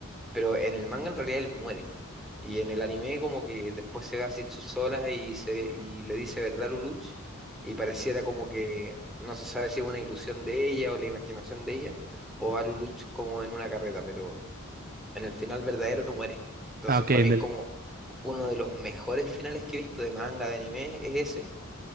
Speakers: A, in the centre; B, on the right.
A: Pero en el manga en realidad él muere. Y en el anime como que después se ve a Zetsu sola y, se ve- y le dice verdad Luluch y pareciera como que no se sabe si es una ilusión de ella o la imaginación de ella o va Luluch como en una carreta, pero en el final verdadero muere. Entonces
B: Ah, ok,
A: para
B: en
A: mí es
B: el
A: como uno de los mejores finales que he visto de manga, de anime, es ese.